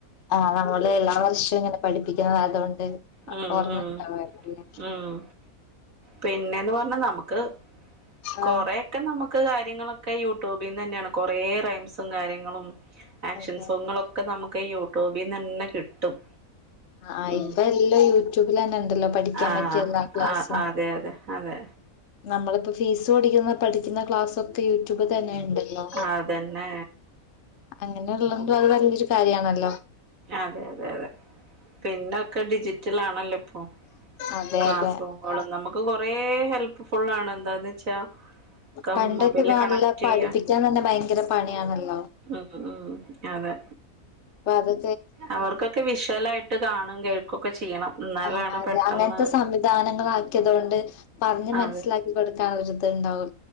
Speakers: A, on the left; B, on the right.
A: ആഹ നമ്മള് എല്ലാാവഷവും ഇങ്ങനെ പഠിപ്പിക്കും തുകൊണ്ട്
B: ഉം
A: ഓർമ
B: ഉം
A: ഉണ്ടാവായിരിക്കുംലെ
B: ഉം പിന്നെന്ന് പറഞ്ഞാ നമുക്ക്
A: ആ
B: കൊറൊക്കെ നമുക്ക് കാര്യങ്ങളൊക്കെ യൂട്യൂബിൽന്ന് തന്നെയാണ് കൊറേ റൈംസും കാര്യങ്ങളും ആക്ഷൻ
A: അതെ
B: സോങ്ങളൊക്കെ
A: അതെ
B: നമുക്ക് യൂട്യൂബിൽ തന്നെ കിട്ടും
A: ആ
B: ഉ
A: ഇപ്പൊ എല്ലാം യൂട്യൂബിൽ തന്നെ ഉണ്ടല്ലോ പഠിക്കാൻ
B: ആഹ
A: പറ്റിയ എല്ലാ ക്ലാസ്സും
B: ആ അതെ അതെ അതെ
A: നമ്മളിപ്പോ ഫീസ് ഓടിക്കുന്ന പഠിക്കുന്ന ക്ലാസ്സ ഒക്കെ യൂട്യൂബ് തന്നെ ഉണ്ടല്ലോ
B: ആ അതന്നെ
A: അങ്ങനെയ ഉള്ളതണ്ടോ അത് വലിയൊരു കാര്യമാണല്ലോ
B: അതെ അതെ അതെ പിന്നെ ഒക്കെ ഡിജിറ്റൽ ആണല്ലോ ഇപ്പൊ
A: അതെ
B: ക്ലാസ്റൂമുകളും
A: അതെ
B: നമുക്ക് കുറ ഹെൽപ് ഫുള്ളആാണ് എന്താന്ന് വെച്ചാ ഒക്കെ
A: പണ്ടൊക്കെ
B: മൊബൈലില്
A: നല്ല
B: കണക്ട്
A: പഠിപ്പിക്കാൻ
B: ചെയ്യാം
A: തന്നെ ഭയങ്കര പണിയാണല്ലോ
B: ഉം ഉം അതെ
A: പത
B: അവർക്കൊക്കെ വിഷ്വല ആായിട്ട് കാണും കേൾക്കുംഓക്കെ ചെയ്യണം എന്നാലാണ്
A: ആ അതെ
B: പെട്ടെന്ന്
A: അങ്ങനത്തെ സംവിധാനങ്ങളൾ ആക്കിയത് കൊണ്ട് പറഞ്ഞ്
B: അതെ
A: മനസ്സിലാക്കി കൊടുക്കാൻ ഒരുരി ഇത് ഉണ്ടാവോ